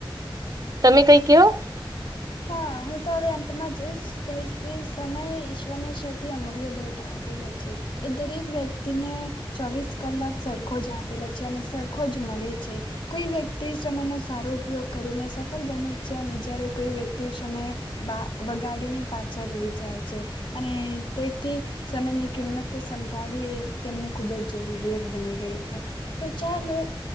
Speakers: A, on the right; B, on the left.
A: તમે કઈ કયો.
B: હા હું તો હવે અંતમાં જવું જ કહીશ કે સમયે ઈશ્વરને સૌથી અમૂલ્ય ભેટ આ આપેલો છે એ દરેક વ્યક્તિને ચોવીસ કલાક સરખો જ આપેલા છે અને સરખો જ મળે છે. કોઈ વ્યક્તિ સમય ન સારો ઉપયોગ કરીને સફળ બને છે અને જયારે કોઈ વ્ય તે સમયે બા બગાડીને પાછળ રહી જાય છે અને તેથી સમયની કિંમત સમજાવી તેમને ખૂબ જ જરૂરિયાત બની ગઈ તો તો ચાલો